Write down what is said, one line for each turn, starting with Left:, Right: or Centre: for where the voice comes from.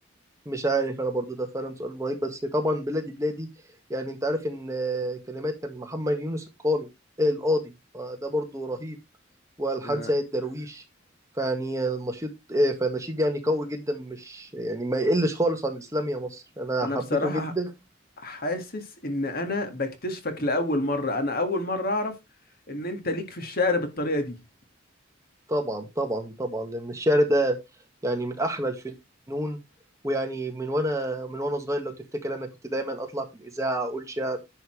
Right: مش عارف انا برضو ده فعلا سؤال رهيب بس طبعا بلادي بلادي يعني انت عارف ان آه، كلمات كان محمد يونس القاني آه، القاضي فده برضو رهيب والحان
Left: انا
Right: سيد درويش فيعني النشيد آه، فالنشيد يعني قوي جدا مش يعني ما يقلش خالص عن الاسلام يا مصر انا
Left: أنا
Right: حبيته
Left: بصراحة
Right: جدا
Left: حاسس ان انا بكتشفك لاول مرة انا اول مرة اعرف ان انت ليك في الشعر بالطريقة دي
Right: طبعا طبعا طبعا لان الشعر ده يعني من احلى الفنون ويعني من وانا من وانا صغير لو تفتكر انا كنت دايما اطلع في الاذاعه اقول شعر